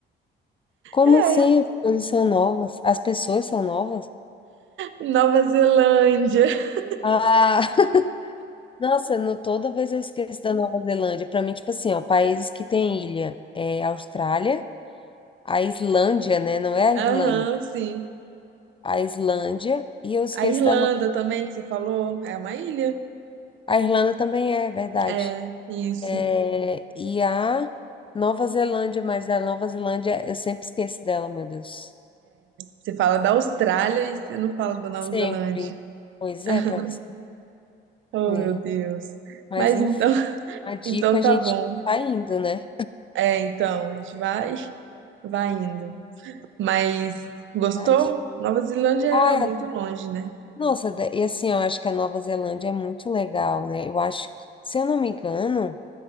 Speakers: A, on the left (about 25°); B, on the right (about 75°).
A: Como
B: É,
A: assim? As coisas são novas? As pessoas são novas?
B: Nova Zelândia. <laughs>
A: Ah, <laughs> nossa, no, toda vez eu esqueço da Nova Zelândia. Pra mim, tipo assim, ó, países que tem ilha é Austrália, a Islândia, né? Não é a
B: Aham,
A: Irlanda.
B: sim.
A: A Islândia, e eu esqueço
B: A Irlanda
A: da Nova.
B: também, que você falou, é uma ilha.
A: A Irlanda também é, é verdade.
B: É, isso.
A: É, e a Nova Zelândia, mas a Nova Zelândia eu sempre esqueço dela, meu Deus.
B: Você fala da Austrália e você não fala da Nova
A: Sempre.
B: Zelândia.
A: Pois
B: <laughs>
A: é, para você
B: Oh,
A: ver.
B: meu Deus.
A: Mas
B: Mas
A: enfim,
B: então, <laughs>
A: a dica
B: então
A: a gente
B: tá bom.
A: tá indo, né?
B: É, então, a gente vai, vai indo. Mas gostou?
A: Verdade.
B: Nova Zelândia era
A: Ai,
B: muito
A: a-
B: longe, né?
A: nossa, da- e assim, eu acho que a Nova Zelândia é muito legal, né? Eu acho que, se eu não me engano,